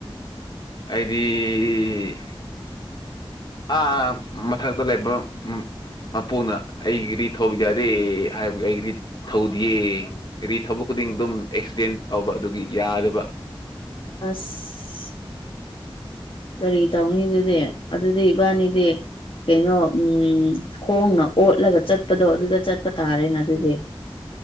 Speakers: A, on the left; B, on the left.
A: ꯑꯩꯗꯤ ꯎ ꯑꯥ ꯃꯊꯛꯇ ꯂꯩꯕ ꯃꯄꯨꯅ ꯑꯩꯒꯤꯔꯤ ꯊꯧꯕ ꯌꯥꯗꯦ ꯍꯥꯏꯕꯒꯤ ꯑꯩꯗꯤ ꯊꯧꯗꯤꯌꯦ ꯍꯥꯏꯗꯤ ꯊꯕꯛ ꯈꯨꯗꯤꯡ ꯑꯗꯨꯝ ꯑꯦꯛꯁꯤꯗꯦꯟ ꯇꯧꯕ ꯑꯗꯨꯒꯤ ꯌꯥꯗꯕ
B: ꯑꯁ ꯀꯔꯤ ꯇꯧꯅꯤꯗꯨꯗꯤ ꯑꯗꯨꯗꯤ ꯏꯕꯥꯅꯤꯗꯤ ꯀꯩꯅꯣ ꯎꯝ ꯈꯣꯡꯅ ꯑꯣꯠꯂꯒ ꯆꯠꯄꯗꯣ ꯑꯗꯨꯗ ꯆꯠꯄ ꯇꯥꯔꯦꯅ ꯑꯗꯨꯗꯤ <unintelligible>